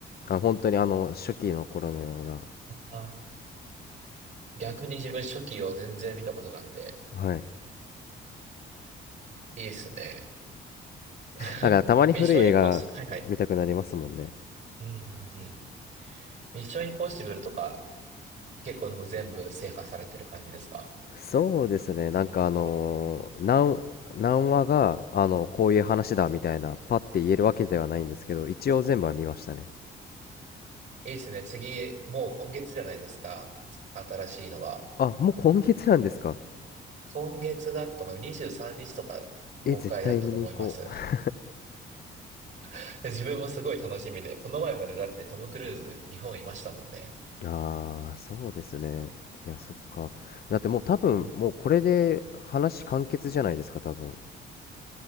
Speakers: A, on the left; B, on the right.
A: あ、本当にあの、初期の頃のような。
B: ああ、逆に自分初期を全然見たことなくて、
A: はい。
B: いいですね。<laughs>
A: だからたまに古い映画見たくなりますもんね。
B: ミッションインポッシブル、はいはい。うんうんうん。ミッションインポッシブルとか、結構もう全部制覇されてる感じですか
A: そうですね。なんかあのー、何、何話が、あの、こういう話だみたいな、パッて言えるわけではないんですけど、一応全部は見ましたね。
B: いいですね。次、もう今月じゃないですか。新しいのが。
A: あ、もう今月なんですか
B: 今月だったと思います。23日とか公開だったと思います。
A: え、絶対見に行こう。
B: <laughs> 自分もすごい楽しみで、この前までだってトム・クルーズ日本いましたもんね。
A: ああ、そうですね。いや、そっか。だってもう多分、
B: え
A: もうこれで話完結じゃないですか、多分。